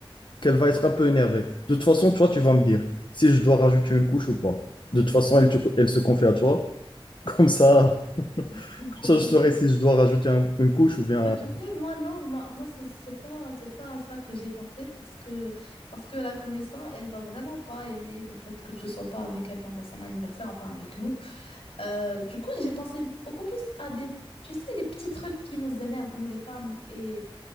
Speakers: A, on the left (about 55°); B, on the left (about 75°).
A: qu'elle va être un peu énervée. De toute façon, toi, tu vas me dire si je dois rajouter une couche ou pas. De toute façon, elle, te- elle se confie à toi. <laughs> Comme ça, comme
B: <laughs>
A: ça, je saurai si je dois rajouter un- une couche ou bien...
B: Bah, tu sais, moi, non, moi, moi c'est c'est pas, c'est pas à ça que j'ai pensé parce que, parce que la connaissance, elle va vraiment pas aimer le fait que tu sois pas avec elle pendant son anniversaire, enfin avec nous. Euh, du coup, j'ai pensé beaucoup plus à des, tu sais, les petits trucs qui nous énervent, nous les femmes, et